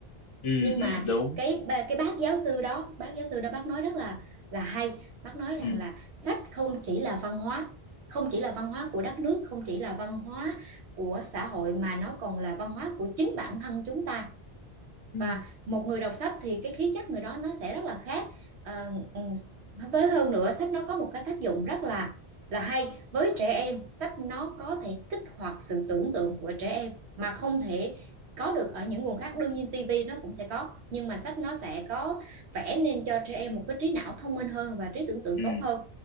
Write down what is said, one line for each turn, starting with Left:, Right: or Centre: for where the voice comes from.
Left: ừ
Right: nhưng
Left: ừ
Right: mà
Left: đúng
Right: cái ba- cái bác giáo sư đó bác giáo sư đó bác nói rất là là hay bác nói rằng
Left: ừ
Right: là sách không chỉ là văn hóa không chỉ là văn hóa của đất nước không chỉ là văn hóa của xã hội mà nó còn là văn hóa của chính bản thân chúng ta
Left: ừ
Right: và một người đọc sách thì cái khí chất người đó nó sẽ rất là khác Ờ, ừ, với hơn nữa sách nó có một cái tác dụng rất là là hay với trẻ em sách nó có thể kích hoạt sự tưởng tượng của trẻ em mà không thể có được ở những nguồn khác đương nhiên tivi nó cũng sẽ có nhưng mà sách nó sẽ có vẽ nên cho trẻ em một cái trí não thông minh hơn và trí tưởng tượng
Left: ừ
Right: tốt hơn